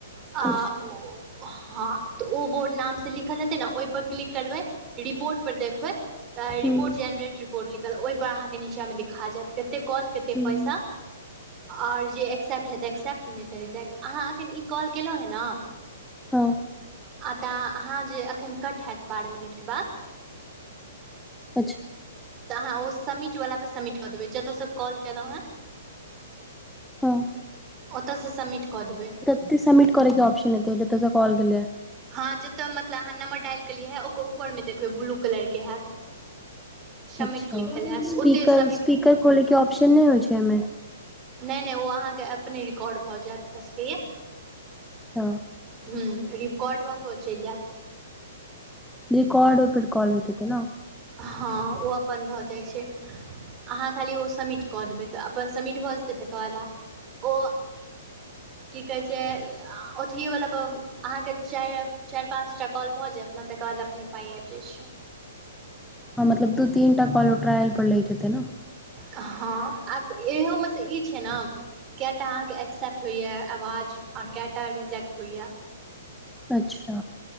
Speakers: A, on the right; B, in the centre.
A: आ
B: अच्छा
A: ओ हँ तऽ ओ बोर्ड नाम से लिखल हेते ने ओहि पर क्लिक करबै रिपोर्ट पर देखबै त
B: हूँ
A: रिपोर्ट जेनरेट रिपोर्ट लिखल ओहिपर अहाँकेँ नीचाँमे देखा जायत केते कॉल केते
B: हूँ
A: पैसा आओर जे एक्सेप्ट हेतै एक्सेप्ट नहि तऽ रिजेक्ट अहाँ एखन ई कॉल केलहुँ हँ ने
B: हँ
A: हाॅं तऽ अहाँ जे अखनि कट हैत बारह मिनटके बाद
B: अच्छा
A: तऽ अहाँ ओ सब्मिट वला पर सब्मिट कऽ देबै जतयसँ कॉल केलहुँ हैं
B: हँ
A: ओतऽसँ सब्मिट कऽ देबै।
B: ओतहि सब्मिट करैके ऑप्शन एतै जस स कॉल गेलै?
A: हँ जतऽ मतलब अहाँ नंबर डाल केलियै है ओकर ऊपरमे देखबै ब्लू कलर के हैत। सबमिट
B: अच्छा
A: लिखल हैत
B: स्पीकर
A: ओतहि सबमिट
B: स्पीकर खोलैके ऑप्शन नहि होइ छै एहिमे?
A: नहि नहि ओ अहाँके अपने रिकॉर्ड भऽ जायत भऽ सकैया।
B: हँ।
A: हुं, रिकॉर्ड भ के ओ चलि जैत।
B: रिकॉर्ड कॉल होेइत हेतै ने।
A: हँ, ओ अपन भऽ जाइ छै। अहाँ खाली ओ सब्मिट कऽ देबै तऽ, अपन सब्मिट भऽ जेतै, तकर बाद ओ की कहै छै, अथएवला पर अहाँके चारि, चारि पाँच टा कॉल भऽ जायत ने, तकर बाद अपने पाइ आबि जाइत छै।
B: हँ मतलब दू तीन टा कॉल ट्रायल पर लैत हेतै न।
A: हँ, आ इहोमे से ई छै ने। कैटा अहाँके एक्सेप्ट होइए आवाज, आओर कैटा रिजेक्ट होइए।
B: अच्छा